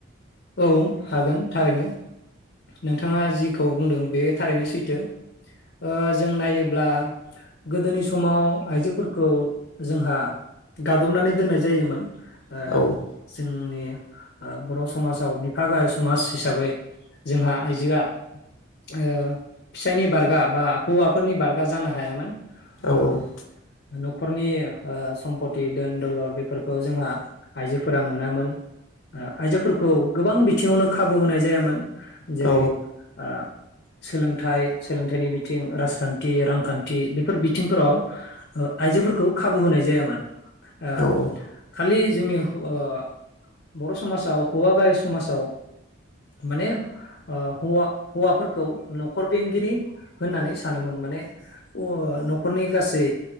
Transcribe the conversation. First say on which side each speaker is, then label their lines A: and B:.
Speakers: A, on the left; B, on the left.
A: औ हागोन थारैनो नोंथाङा जिखौ बुंदों बे थारैनो सैथो ओ जों नायोब्ला गोदोनि समाव आइजोफोरखौ जोंहा गादबनानै दोननाय जायोमोन ओ
B: औ
A: जोंनि ओ बर' समाजाव बिफा गाहाय समाज हिसाबै जोंहा आइजोआ ओ फिसायनि बारगा बा हौवाफोरनि बारगा जानो हायामोन
B: औ
A: आ नखरनि ओ सम्पति दोन दलद बेफोरखौ जोंहा आइजोफोरा मोनामोन आइजोफोरखौ गोबां बिथिङावनो खाबु होनाय जायामोन जेरै
B: औ
A: आ सोलोंथाइ सोलोंथाइनि बिथिं राजखान्थि रांखान्थि बेफोर बिथिंफोराव ओ आइजोफोरखौ खाबु होनाय जायामोन। ओ
B: औ औ
A: खालि जोंनि हौ ओ बर' समाजाव हौवा गाहाय समाजाव माने ओ हौवा हौवाफोरखौ न'खर बेंगिरि होननानै सानोमोन माने ओ नख'रनि गासै